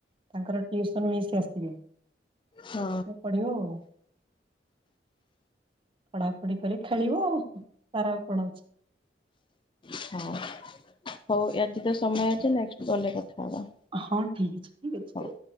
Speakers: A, on the right (about 30°); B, on the left (about 30°).
A: ତାଙ୍କର ଟିଉସନ ମିସ୍ ଆସିବେ ସେ
B: ହଁ
A: ପଢିବ ଆଉ। ପଢାପଢି କରି ଖେଳିବ ଆଉ ତାର ଆଉ କଣ ଅଛି।
B: ହଁ ହଉ ଆଜି ତ ସମୟ ହେଇଯାଇଛି ନେକ୍ସଟ୍ କଲ୍ ରେ କଥା ହବା।
A: ହଁ ଠିକ୍ ଅଛି ଠିକ ଅଛି।
B: ହଉ।